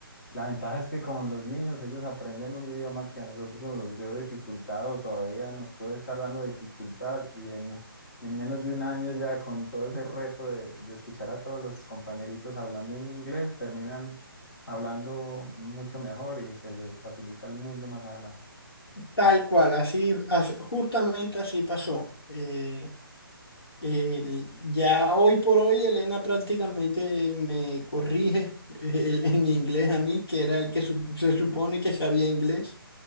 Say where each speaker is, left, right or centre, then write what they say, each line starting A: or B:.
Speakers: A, on the left; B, on the left.
A: La ventaja es que como los niños, ellos aprenden un idioma que a nosotros nos dio dificultad o todavía nos puede estar dando dificultad y en, en menos de un año ya con todo ese reto de, de escuchar a todos los compañeritos hablando en inglés, terminan hablando mucho mejor y se les facilita el mundo más adelante.
B: Tal cual, así, as- justamente así pasó. eh, Eh, ya hoy por hoy Elena prácticamente me corrige eh, en inglés a mí, que era el que sup- se supone que sabía inglés,